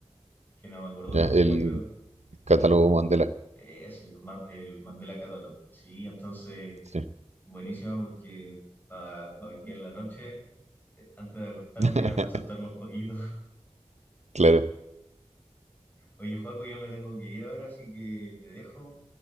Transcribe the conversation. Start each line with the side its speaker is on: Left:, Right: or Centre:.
Left: que no me acuerdo
Right: Ya,
Left: cómo se
Right: el
Left: llama, creo.
Right: catálogo Mandela.
Left: ese el, Mar- el Mandela Catalog. Sí, entonces
Right: Sí,
Left: buenísimo porque para hoy día en la noche, eh, antes de acostarme,
Right: <laughs>
Left: a- asustarme un poquito. <laughs>
Right: claro.
Left: Oye, Joaco, yo me tengo que ir ahora, así que te dejo.